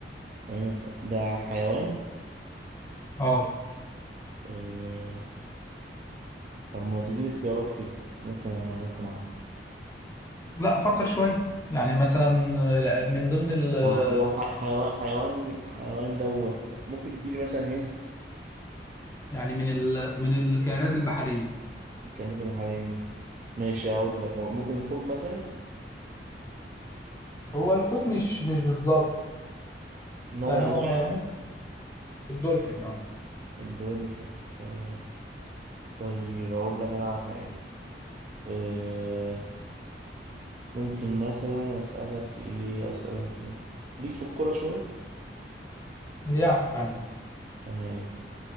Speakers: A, on the right; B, on the left.
A: وأين ف- ده حيوان
B: أه
A: آه... طب ما تديني اختيارات كده ممكن ممكن أعرف
B: لا فكر شوية يعني مثلا آه، من ضمن ال آه،
A: طب هو ح- حيوان حيوان حيوان دوت ممكن تديلي مثلا هنت
B: يعني من ال من الكائنات البحرية
A: كانت بحرية ماشي أقول لك هو ممكن الحوت مثلا
B: هو الحوت مش مش بالظبط
A: نوع
B: يعني
A: من أنواع
B: هو
A: يعني
B: ممكن الدولفين اه
A: الدولفين تمام طيب أقول لك أنا على حاجة آه. ممكن مثلا أسألك في إيه أسألك في إيه ليك في الكورة شوية
B: يعني
A: تمام